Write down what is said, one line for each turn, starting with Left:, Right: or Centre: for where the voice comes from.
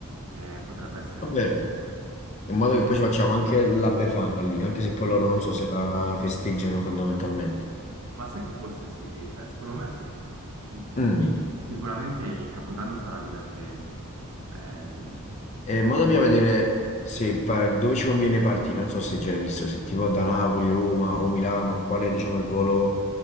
Right: eh, potrebbe essere
Left: Va
Right: comodo.
Left: bene. In modo che poi ci facciamo anche la Befana lì, anche se poi loro
Right: Eh sì.
Left: non so se la festeggiano fondamentalmente.
Right: Ma sai che forse sì, cioè secondo me sì.
Left: Mm.
Right: Poi Sicuramente il Capodanno sarà divertente. Ehm,
Left: E mo dobbiamo vedere se par- dove ci conviene partire. Non so se già hai visto, se tipo da Napoli, Roma o Milano, qual è diciamo il volo